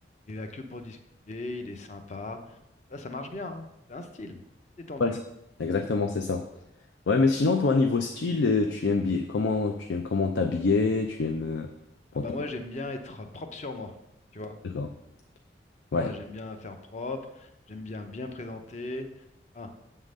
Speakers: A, on the left (about 40°); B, on the left (about 80°).
A: il est là que pour discuter, il est sympa. Et ça, ça marche bien, hein. C'est un style, style détendu.
B: Ouais, c'est- exactement, c'est ça. Ouais, mais sinon, toi, niveau style, euh, tu aimes bien, comment tu aimes comment t'habiller, tu aimes euh, bon,
A: Ah bah
B: t'as-
A: moi, j'aime bien être propre sur moi, tu vois.
B: D'accord. Ouais.
A: Voilà, j'aime bien faire propre, j'aime bien bien présenter. Enfin,